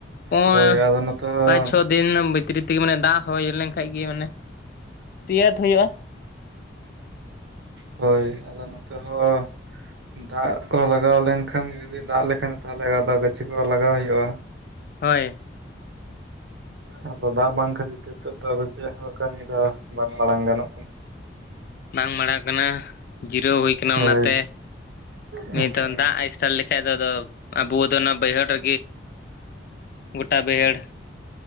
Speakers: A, on the left; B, on the right.
A: ᱚ
B: ᱦᱳᱭ ᱟᱫᱚ ᱱᱚᱛᱮ ᱦᱚᱸ
A: ᱯᱟᱸᱪ ᱪᱷᱚ ᱫᱤᱱ ᱵᱷᱤᱛᱨᱤ ᱛᱮᱜᱮ ᱢᱟᱱᱮ ᱫᱟᱜ ᱦᱳᱭ ᱞᱮᱱ ᱠᱷᱟᱱ ᱜᱮ ᱢᱟᱱᱮ <unintelligible> ᱦᱩᱭᱩᱜᱼᱟ᱾
B: ᱦᱳᱭ ᱟᱫᱚ ᱱᱚᱛᱮ ᱦᱚᱸ ᱫᱟᱜ ᱠᱚ ᱞᱟᱜᱟᱣ ᱞᱮᱱᱠᱷᱟᱱ ᱡᱩᱫᱤ ᱫᱟᱜ ᱞᱮᱠᱷᱟᱱ ᱛᱟᱦᱚᱞᱮ ᱟᱫᱚ ᱜᱟᱹᱪᱷᱤ ᱠᱚ ᱞᱟᱜᱟᱣ ᱦᱩᱭᱩᱜᱼᱟ᱾
A: ᱦᱳᱭ᱾
B: ᱟᱫᱚ ᱫᱟᱜ ᱵᱟᱝ ᱠᱷᱟᱹᱛᱤᱨ ᱛᱮ ᱱᱤᱛᱚᱜ ᱫᱚ ᱪᱮᱫ ᱦᱚᱸ ᱠᱟᱹᱢᱤ ᱫᱚ ᱵᱟᱝ ᱢᱟᱲᱟᱝ ᱜᱟᱱᱚᱜ ᱠᱟᱱᱟ᱾
A: ᱵᱟᱝ ᱢᱟᱲᱟᱣ ᱠᱟᱱᱟ ᱡᱤᱨᱟᱹᱣ ᱦᱩᱭ ᱠᱟᱱᱟ ᱚᱱᱟᱛᱮ
B: ᱦᱳᱭ ᱦᱩᱸ
A: ᱱᱛᱮ ᱫᱟᱜ ᱮᱥᱴᱟᱨ ᱞᱮᱠᱷᱟᱱ ᱫᱚ ᱟᱵᱩ ᱫᱚ ᱚᱱᱟ ᱵᱟᱭᱦᱟᱹᱲᱨᱮ ᱜᱚᱴᱟ ᱵᱟᱹᱭᱦᱟᱹᱲ